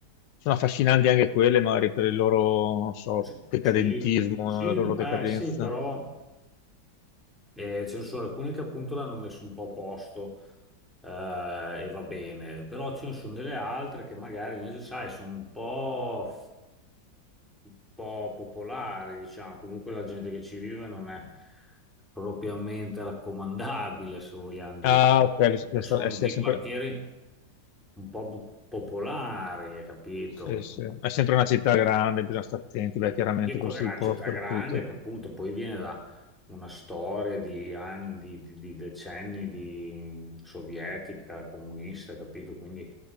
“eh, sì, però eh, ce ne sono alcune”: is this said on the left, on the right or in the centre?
Centre